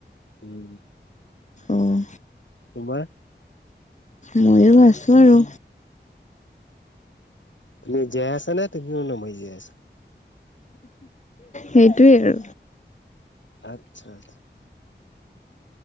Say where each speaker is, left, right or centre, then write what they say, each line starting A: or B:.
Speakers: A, on the left; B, on the left.
A: উম
B: অ'
A: তোমাৰ
B: ময়ো ভছোঁ আৰু
A: তুমি জীয়াই আছা নে তুমিও ন মই জীয়াই আছা
B: সেইটোৱেই আৰু
A: আচ্ছা আচছা